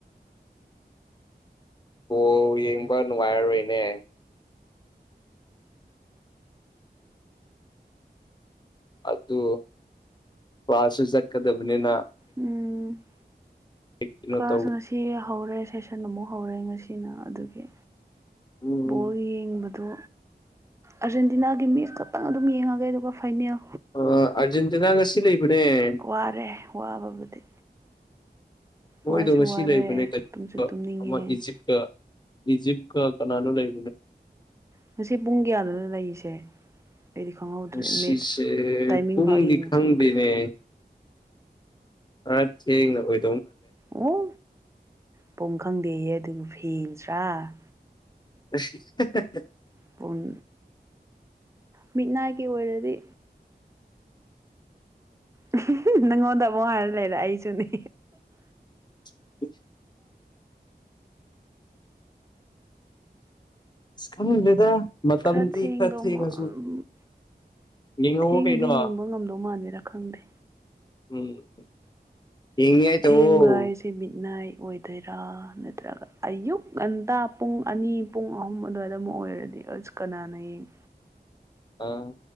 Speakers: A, on the left; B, on the right.
A: ꯕꯣꯜ ꯌꯦꯡꯕ ꯅꯨꯡꯉꯥꯏꯔꯔꯣꯏꯅꯦ ꯑꯗꯨ ꯀ꯭ꯂꯥꯁꯨ ꯆꯠꯀꯗꯕꯅꯤꯅ
B: ꯎꯝ
A: ꯀꯩꯅꯣ
B: ꯀ꯭ꯂꯥꯁ
A: ꯇꯧ
B: ꯉꯁꯤ ꯍꯧꯔꯦ ꯁꯦꯁꯟ ꯑꯃꯨꯛ ꯍꯧꯔꯦ ꯉꯁꯤꯅ ꯑꯗꯨꯒꯤ
A: ꯎꯝ
B: ꯕꯣꯜ ꯌꯦꯡꯕꯗꯨ ꯑꯔꯖꯦꯟꯇꯤꯅꯥꯒꯤ ꯃꯦꯁꯇ ꯈꯤꯇꯪ ꯑꯗꯨꯝ ꯌꯦꯡꯉꯒꯦ ꯑꯗꯨꯒ ꯐꯥꯏꯅꯦꯜ
A: ꯑꯥꯔꯖꯦꯟꯇꯤꯅꯥ ꯉꯁꯤ ꯂꯩꯕꯅꯦ
B: ꯋꯥꯔꯦ ꯋꯥꯕꯕꯨꯗꯤ
A: ꯃꯣꯏꯗꯣ
B: ꯋꯥꯁꯨ
A: ꯉꯁꯤ
B: ꯋꯥꯔꯦ
A: ꯂꯩꯕꯅꯦ
B: ꯇꯨꯝꯁꯨ ꯇꯨꯝꯅꯤꯡꯉꯦ
A: ꯑꯃ ꯏꯖꯤꯞꯀ ꯏꯖꯤꯞꯀ ꯀꯅꯥꯅꯣ ꯂꯩ
B: ꯉꯁꯤ ꯄꯨꯡ ꯀꯌꯥꯗꯅꯣ ꯂꯩꯔꯤꯁꯦ ꯑꯩꯗꯤ ꯈꯪꯍꯧꯗ꯭ꯔꯦ
A: ꯉꯁꯤꯁꯦ
B: ꯃꯦꯠꯁ ꯇꯥꯏꯃꯤꯡ
A: ꯄꯨꯡꯗꯤ
B: ꯐꯥꯎ ꯌꯦꯡꯕ
A: ꯈꯪꯗꯦꯅꯦ
B: ꯁꯪꯗ꯭ꯔꯦ
A: ꯈꯔꯥ ꯊꯦꯡꯅ ꯑꯣꯏ
B: ꯑꯣ ꯄꯨꯡ ꯈꯪꯗꯦꯌꯦ ꯑꯗꯨꯕꯨ ꯐꯦꯟꯁ ꯂꯥ
A: <unintelligible>
B: ꯄꯨꯡ ꯃꯤꯠꯅꯥꯏꯠꯀꯤ ꯑꯣꯏꯔꯗꯤ ꯍꯥ ꯍꯥ ꯅꯪꯉꯣꯟꯗ ꯑꯃꯨꯛ ꯍꯥꯏꯔ ꯂꯩꯔꯦ ꯑꯩꯁꯨꯅꯦ
A: <unintelligible> ꯈꯪꯗ꯭ꯔꯦꯗ ꯃꯇꯝꯗꯤ
B: ꯈꯥꯔ ꯊꯦꯡꯗꯧ
A: ꯈꯔ ꯊꯦꯡꯉꯁꯨ
B: ꯃꯥꯥꯜ <unintelligible>
A: ꯌꯦꯡꯍꯧꯋ
B: ꯊꯦꯡꯉꯗꯤ
A: ꯀꯩꯅꯣ
B: ꯌꯦꯡꯕ ꯉꯝꯗꯧ ꯃꯥꯥꯟꯗꯦꯗ ꯈꯪꯗꯦ
A: ꯎꯝ ꯌꯦꯡꯅꯤꯡꯉꯥꯏ ꯇꯧꯑꯣ
B: ꯊꯦꯡꯕ ꯍꯥꯏꯁꯦ ꯃꯤꯠꯅꯥꯏꯠ ꯑꯣꯏꯗꯨꯏꯔꯥ ꯅꯠꯇ꯭ꯔꯒ ꯑꯌꯨꯛ ꯉꯟꯇꯥ ꯄꯨꯡ ꯑꯅꯤ ꯄꯨꯡ ꯑꯍꯨꯝ ꯑꯗ꯭ꯋꯥꯏꯗ ꯑꯃꯨꯛ ꯑꯣꯏꯔ ꯗꯤ ꯑꯁ ꯀꯥꯅꯥꯅ ꯌꯦꯡ
A: ꯑꯥ